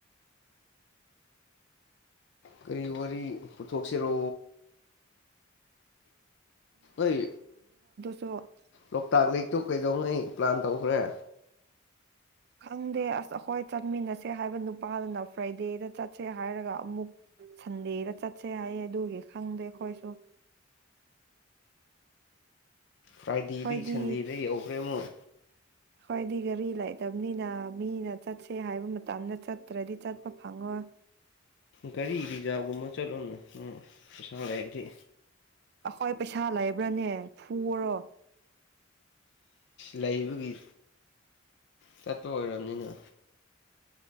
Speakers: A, on the left (about 60°); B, on the right (about 50°).
A: ꯀꯔꯤ ꯋꯥꯔꯤ ꯄꯨꯊꯣꯛꯁꯤꯔꯣ ꯑꯩ
B: ꯁꯣ
A: ꯂꯣꯛꯇꯥꯛ ꯂꯦꯛꯇꯨ ꯀꯩꯗꯉꯩ ꯄ꯭ꯂꯥꯟ ꯇꯧꯈ꯭ꯔꯦ꯫
B: ꯈꯪꯗꯦ ꯑꯁ ꯑꯩꯈꯣꯏ ꯆꯠꯃꯤꯟꯅꯁꯦ ꯍꯥꯏꯕ ꯅꯨꯄꯥꯗꯨꯅ ꯐ꯭ꯔꯥꯏꯗꯦꯗ ꯆꯠꯁꯦ ꯍꯥꯏꯔꯒ ꯑꯃꯨꯛ ꯁꯟꯗꯦꯗ ꯆꯠꯁꯦ ꯍꯥꯏꯌꯦ ꯑꯗꯨꯒꯤ ꯈꯪꯗꯦ꯫ ꯈꯣꯏꯁꯨ
A: ꯐ꯭ꯔꯥꯏꯗꯦꯗꯒꯤ
B: ꯍꯣꯏꯗꯤ
A: ꯁꯟꯗꯦꯗ ꯌꯧꯈ꯭ꯔꯦ ꯑꯃꯨꯛ
B: ꯍꯣꯏꯗꯤ ꯒꯔꯤ ꯂꯩ ꯗꯕꯅꯤꯅ ꯃꯤꯅ ꯆꯠꯁꯦ ꯍꯥꯏꯕ ꯃꯇꯝꯗ ꯆꯠꯇ꯭ꯔꯗꯤ ꯆꯠꯄ ꯐꯪꯉꯣꯏ
A: ꯒꯥꯔꯤ ꯔꯤꯖꯥꯕꯒꯨꯝꯕ ꯆꯠꯂꯣꯅꯦ ꯎꯪ ꯄꯩꯁꯥ ꯂꯩꯔꯗꯤ꯫
B: ꯑꯩꯈꯣꯏ ꯄꯩꯁꯥ ꯂꯩꯕ꯭ꯔꯥꯅꯦ ꯐꯔꯣ
A: ꯂꯩꯕꯒꯤ ꯆꯠꯄ ꯑꯣꯏꯔꯕꯅꯤꯅ